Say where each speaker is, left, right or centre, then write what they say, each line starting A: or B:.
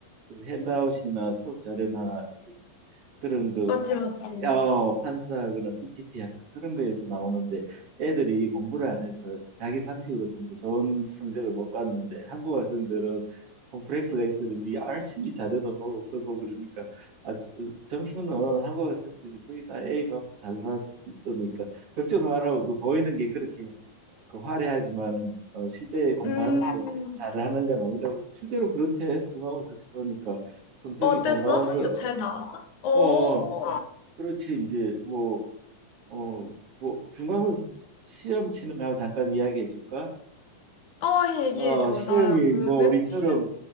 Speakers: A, on the right; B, on the left.
A: 그 핸드아웃이나 수업 자료나 그런 그
B: 맞지, 맞지.
A: 어, 판사하거나 PPT하고 그런 거에서 나오는데 애들이 공부를 안 해서 자기 상식으로 쓰니까 좋은 성적을 못 봤는데 한국 학생들은 콤플렉스가 있었는지 열심히 자료도 보고 쓰고 그러니까 아, 저- 저- 점수는 한국 학생들이 거의 다 A 받고 잘 받으니까 걱정 말라고 그 보이는 게 그렇게 그 화려하지만은 어, 실제 공부하는데
B: 음.
A: 잘하는 건 아니라고 실제로 그렇대 중간고사를 쳐보니까 성적이
B: 어땠어?
A: 잘 나와서
B: 성적 잘 나왔어? 어.
A: 어, 그렇지 이제 뭐 어 뭐 중간고사 시험 치는 거 잠깐 이야기해 줄까?
B: 어, 얘기해줘.
A: 어 시험이
B: 나 그
A: 뭐
B: 외국
A: 우리처럼
B: 시험.